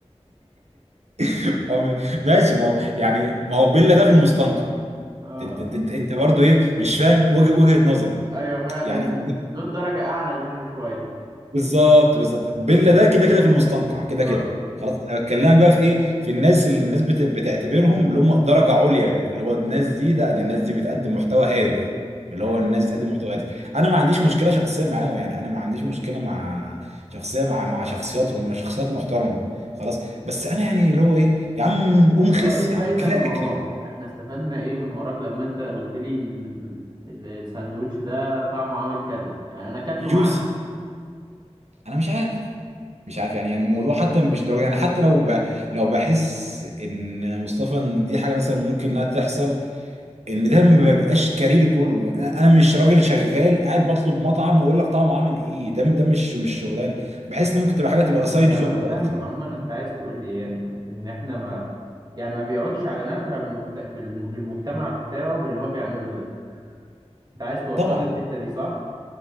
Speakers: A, on the right (about 70°); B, on the right (about 35°).
A: <laughs> او م- ماشي ما هو يعني ما هو بيلا ده في المستنقع
B: <laughs> اه
A: انت انت انت انت برضه ايه مش فاهم وجه- وجهة نظر
B: ايوه فعلا
A: يعني
B: دول درجه اعلى منه شويه
A: بالظبط بالظبط بيلا ده كده كده في المستنقع كده
B: اه
A: كده خلاص انا بكلمك بقى في ايه في الناس اللي الناس بت- بتعتبرهم اللي هم درجه عليا بقى اللي هو الناس دي ده ده الناس دي بتقدم محتوى هادف اللي
B: ايوه
A: هو الناس بتقدم محتوى هادف انا ما عنديش مشكله شخصيه معاهم يعني انا ما عنديش مشكله مع شخصيه مع مع شخصياتهم مع شخصيات محترمه خلاص بس انا يعني اللي هو ايه يا عم قوم
B: ده
A: خس
B: هو ايه الفايدة
A: يا عم كفايه
B: من وراك
A: اكل يا عم
B: احنا استفدنا ايه من وراك لما انت قلت لي ال- ال- الساندوتش ده طعمه عامل كذا يعني انا اكلته
A: جوسي
B: معاك
A: انا مش عارف مش عارف يعني يعني الموضوع حتى مش ضروري يعني حتى لو ب... لو بحس ان مصطفى ان دي حاجه مثلا ممكن انها تحصل ان ده ما بيبقاش كاريري كله انا أنا مش راجل شغال قاعد بطلب مطعم واقول لك طعمه عامل ايه ده ده مش مش شغلانه بحس ان ممكن تبقى حاجه
B: فاهمك
A: تبقى سايد
B: فا-
A: جوب
B: انا فاهم
A: اكتر
B: عموما انت عايز تقول لي ايه انت ان احنا ما يعني ما بيقعدش على نفع بالمجت... بالم- للمجتمع بتاعه باللي هو بيعمله ده انت عايز توصل
A: طبعا
B: لي الحتة دي صح